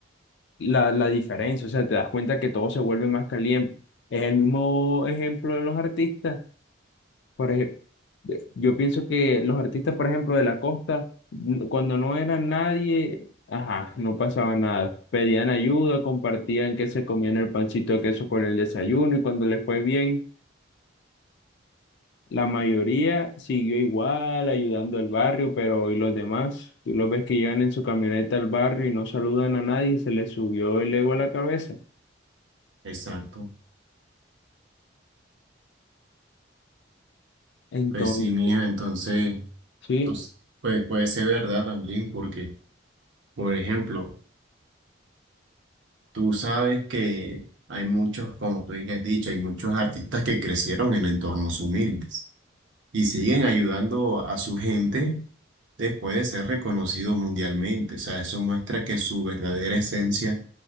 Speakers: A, on the left (about 60°); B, on the right (about 70°).
A: la, la diferencia, o sea, te das cuenta que todo se vuelve más caliente. Es el mismo ejemplo de los artistas por ejemplo, yo pienso que los artistas, por ejemplo, de la costa, n- cuando no era nadie, ajá, no pasaba nada. Pedían ayuda, compartían que se comían el pancito de queso con el desayuno y cuando les fue bien, la mayoría siguió igual ayudando al barrio, pero ¿y los demás? Tú los ves que llegan en su camioneta al barrio y no saludan a nadie, se les subió el ego a la cabeza.
B: Exacto.
A: Entonces,
B: Pues sí, mía, entonces,
A: sí.
B: pues, pues puede ser verdad también, porque, por ejemplo, Tú sabes que hay muchos, como tú ya has dicho, hay muchos artistas que crecieron en entornos humildes y siguen ayudando a su gente después de ser reconocidos mundialmente. O sea, eso muestra que su verdadera esencia